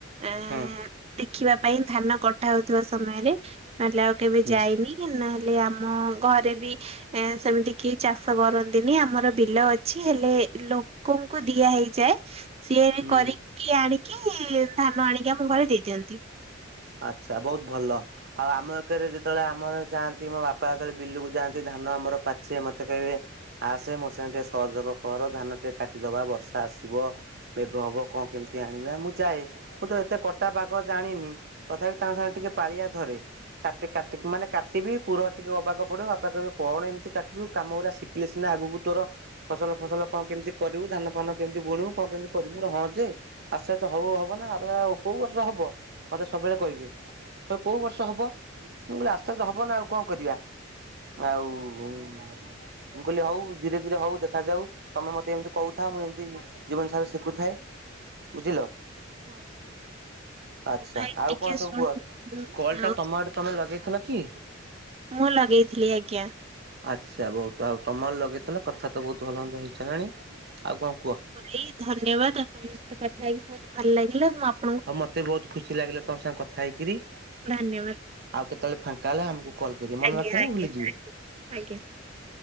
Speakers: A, on the right; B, on the right.
A: ଏଁ
B: ହଁ
A: ଦେଖିବା ପାଇଁ ଧାନ କଟା ହଉଥିବା ସମୟରେ <unintelligible> କେବେ
B: ହୁଁ।
A: ଯାଇନି ନହେଲେ ଆମ ଘରେ ବି ଏଁ ସେମିତି କେହି ଚାଷ କରନ୍ତିନି ଆମର ବିଲ ଅଛି ହେଲେ ଲୋ କଙ୍କୁ ଦିଆ ହେଇଯାଏ। ସିଲ୍
B: ହୁଁ
A: କରିକି ଆଣିକି ଧାନ ଆଣିକି ଆମ ଘରେ ଦେଇଦିଅନ୍ତି।
B: ଆଚ୍ଛା, ବହୁତ୍ ଭଲ। ଆଉ ଆମ ଏକରେ ଯେତଳେ ଆମର ଯାଆନ୍ତି ମୋ ବାପା ଯେତଳେ ବିଲୁକୁ ଯାଆନ୍ତି ଧାନ ଆମର ପାଚେ ମତେ କହିବେ ଆସେ ମୋ ସାଙ୍ଗରେ ଟିକେ ସହଯୋଗ କର ଧାନ ଟିକେ କାଟିଦବା ବର୍ଷା ଆସିବ ମେଘ ହବ କଣ କେମିତି ଆଣିବା ମୁଁ ଯାଏ ମୁଁ ତ ଏତେ କଟା ବାଗ ଜାଣିନି। ତଥାପି ତାଙ୍କ ସାଙ୍ଗେରେ ଟିକେ ପାଳିଆ ଧରେ। କାଟେ କାଟି ମାନେ କାଟିବି ପୁର ଟିକେ ଅବାଗ ପଡିବ ବାପା କହିବେ କଣ ଏମ୍ତି କାଟୁଚୁ କାମଗୁରା ଥିଲେ ସିନା ଆଗୁକୁ ତୋର ଫସଲ-ଫସଲ କଣ କେମ୍ତି କରିବୁ ଧାନ ଫାନ କେମ୍ତି ବୁଣିବୁ କଣ କେମ୍ତି କରିବୁ ମୁଁ କହିଲି ହଁ ଯେ ଆସ୍ତେ ଆସ୍ତେ ହବ ହବ ନା କୋଉଁ ବର୍ଷ ହବ? ମତେ ସବୁବେଳେ କହିବେ ତ କଉଁ ବର୍ଷ ହେବ ମୁ କହିଲି ଆସ୍ତେ ଆସ୍ତେ ହେବ ନା ଆଉ କଣ କରିବା। ଆଉ ମୁଁ କହିଲି ହଉ ଧୀରେ ଧୀରେ ହଉ ଦେଖାଯାଉ। ତମେ ମତେ ଏମିତି କହୁଥାଅ ମୁଁ ଏମିତି ଜୀବନ ସାରା ଶିଖୁଥାଏ ବୁଝିଲ।
A: ହଉ। ହଉ
B: ଆଛା
A: ଭାଇ
B: ଆଉ
A: ଟିକେ
B: କଣ ସବୁ
A: ଶୁଣୁ
B: କୁହ କଲ୍
A: ଆଉ
B: ଟା ତମ ତମ ତମେ ଲଗେଇଥିଲ କି?
A: ମୁଁ ଲଗେଇଥିଲି ଆଜ୍ଞା।
B: ଆଚ୍ଛା ବହୁତ ଆଉ ତମର ଲଗେଇଥିଲ କଥା ତ ବହୁତ୍ ଭଲ ମନ୍ଦ ହେଇସାରିଲାଣି ଆଉ କଣ କୁହ?
A: ହଳି ଧନ୍ୟବାଦ ଆପଣ ଙ୍କ ସହ କଥା ହେଇକି ବହୁତ ଭଲ୍ ଲାଗିଲା ମୁଁ ଆ
B: ହଉ ମତେ ବହୁତ୍ ଖୁସି ଲାଗିଲା ତମ୍ ସାଙ୍ଗେ କଥା ହେଇକରି।
A: ଲଗେଇବି
B: ଆଉ କେତେବେଳେ ଫାଙ୍କା ହେଲା ଆମକୁ କଲ୍ କରିବେ ମନେ
A: ଧନ୍ୟବାଦ ଆଜ୍ଞା
B: ରଖିବେ
A: ଆଜ୍ଞା
B: ନା ଭୁଲି ଯିବେ।
A: ଆଜ୍ଞା।